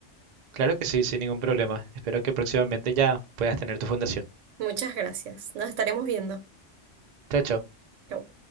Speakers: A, on the right; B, on the right.
A: Claro que sí, sin ningún problema. Espero que próximamente ya puedas tener tu fundación.
B: Muchas gracias, nos estaremos viendo.
A: Chao, chao.
B: Chau.